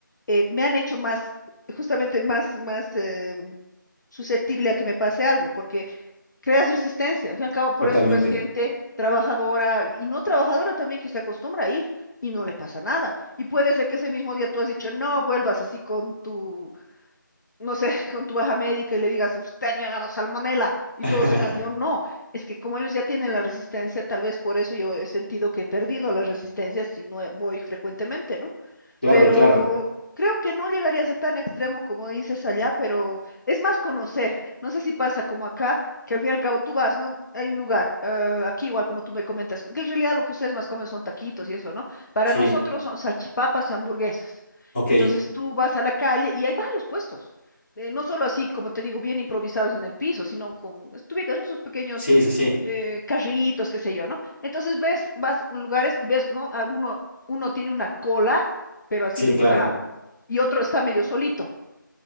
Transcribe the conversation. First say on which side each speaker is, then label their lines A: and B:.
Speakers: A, on the left; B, on the left.
A: eh, me han hecho más, justamente más, más eh, susceptible a que me pase algo, porque creas resistencia. Al fin y al cabo, por
B: Totalmente.
A: eso ves gente trabajadora y no trabajadora también que se acostumbra a ir y no le pasa nada. Y puede ser que ese mismo día tú has dicho, no vuelvas así con tu no sé, <laughs> con tu baja médica y le digas, usted me ha dado salmonela, y
B: <laughs>
A: todos digan, yo no. Es que como ellos ya tienen la resistencia, tal vez por eso yo he sentido que he perdido la resistencia si no he- voy frecuentemente, ¿no?
B: Claro,
A: Pero
B: claro.
A: creo que no llegaría a ser tan extremo como dices allá, pero es más conocer. No sé si pasa como acá, que al fin y al cabo tú vas, ¿no? Hay un lugar, eh, aquí igual como tú me comentas, que en realidad lo que ustedes más comen son taquitos y eso, ¿no? Para
B: Sí.
A: nosotros son salchipapas y hamburguesas.
B: Ok.
A: Entonces tú vas a la calle y hay varios puestos eh, no solo así, como te digo, bien improvisados en el piso, sino con, es- tú ubicas, ¿no? Esos pequeños
B: Sí, sí, sí.
A: eh, carritos, qué sé yo, ¿no? Entonces ves, vas a lugares y ves, ¿no? A Uno, uno tiene una cola, pero así
B: Sí,
A: de una,
B: claro.
A: y otro está medio solito,